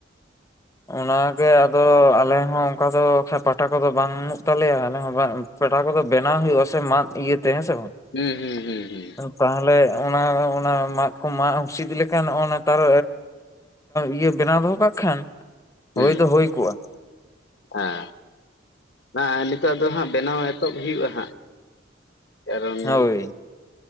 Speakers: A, on the left; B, on the left.
A: ᱚᱱᱟᱜᱮ ᱟᱫᱚ ᱟᱞᱮ ᱦᱚᱸ ᱚᱱᱠᱟ ᱫᱚ ᱯᱟᱴᱟ ᱠᱚᱫᱚ ᱵᱟᱹᱱᱩᱜ ᱛᱟᱞᱮᱭᱟ ᱟᱞᱮ ᱦᱚᱸ ᱵᱟᱝ, ᱯᱮᱴᱷᱟ ᱠᱚᱫᱚ ᱵᱮᱱᱟᱣ ᱦᱩᱭᱩᱜᱼᱟ ᱥᱮ ᱢᱟᱫ ᱤᱭᱟᱹᱛᱮ ᱦᱮᱸ ᱥᱮ ᱵᱟᱝ᱾
B: ᱦᱩᱸ ᱦᱩᱸ ᱦᱩᱸ ᱦᱩᱸ᱾
A: ᱛᱟᱦᱚᱞᱮ ᱚᱱᱟ ᱚᱱᱟ ᱢᱟᱫ ᱠᱚ ᱢᱟᱜ ᱦᱩᱥᱤᱫ ᱞᱮᱠᱷᱟᱱ ᱱᱚᱜᱼᱚᱭ ᱱᱮᱛᱟᱨ। ᱼᱤᱭᱟᱹ ᱵᱮᱱᱟᱣ ᱫᱚᱦᱚ ᱠᱟᱜ ᱠᱷᱟᱱ
B: ᱦᱩᱸ
A: ᱦᱩᱭ ᱫᱚ ᱦᱩᱭ ᱠᱚᱜᱼᱟ᱾
B: ᱦᱮᱸ ᱱᱟᱜᱼᱚᱸᱭ ᱱᱤᱛᱚᱜ ᱫᱚ ᱦᱟᱸᱜ ᱵᱮᱱᱟᱣ ᱮᱛᱚᱦᱚᱵ ᱦᱩᱭᱩᱜᱼᱟ ᱦᱟᱸᱜ᱾ ᱠᱟᱨᱚᱱ,
A: ᱦᱳᱭ